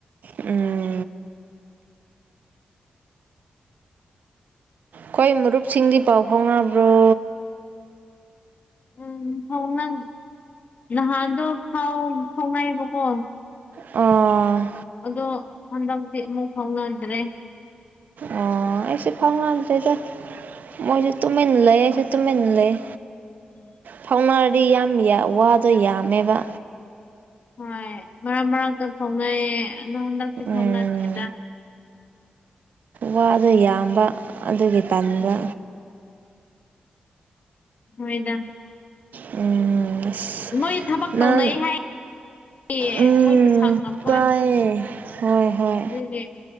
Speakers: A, on the right (about 75°); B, on the left (about 60°).
A: ꯎꯝ ꯈꯣꯏ ꯃꯔꯨꯞꯁꯤꯡꯗꯤ ꯄꯥꯎ ꯐꯥꯎꯅꯕ꯭ꯔꯣ
B: ꯎꯝ ꯍꯉ ꯅꯍꯥꯟꯗꯣ ꯍꯥꯎ ꯍꯥꯎꯅꯥꯏꯔꯤꯕ ꯀꯣ
A: ꯑꯣ
B: ꯑꯗꯣ ꯍꯟꯗꯛꯇꯤ ꯑꯃꯨꯛ ꯐꯥꯎꯅꯗ꯭ꯔꯦ
A: ꯑꯣ ꯑꯩꯁꯨ ꯈꯥꯎꯉꯗ ꯃꯣꯏꯁꯨ ꯇꯨꯃꯤꯟꯅꯥ ꯂꯩꯥꯏꯌꯦ ꯑꯩꯁꯨ ꯇꯨꯃꯤꯟꯅꯥ ꯂꯩꯌꯦ꯫
B: <inaudible>
A: ꯐꯥꯎꯅꯔꯗꯤ ꯌꯥꯝ ꯋꯥꯗꯣ ꯌꯥꯝꯃꯦꯕ
B: ꯍꯣꯏ ꯃꯔꯛ ꯃꯔꯛꯇ ꯐꯥꯎꯅꯩꯌꯦ ꯫ ꯍ ꯐꯥꯎꯅꯆꯦꯗ
A: ꯎꯝ ꯋꯥꯗꯣ ꯌꯥꯝꯕ ꯑꯗꯨꯒꯤ ꯇꯟꯕꯥ
B: ꯎꯝ ꯍꯣꯏꯗ
A: ꯎꯝ ꯑꯁ
B: ꯃꯣꯏ ꯊꯕꯛ
A: ꯅꯪ
B: ꯇꯧꯅꯩ ꯍꯥꯏ ꯑꯦ
A: ꯎꯝ
B: ꯃꯣꯏꯁꯨ ꯁꯪꯉꯝꯃꯣꯏ
A: ꯇꯥꯏꯌꯦ ꯍꯣꯏ ꯍꯣꯏ
B: ꯑꯗꯨꯒꯤ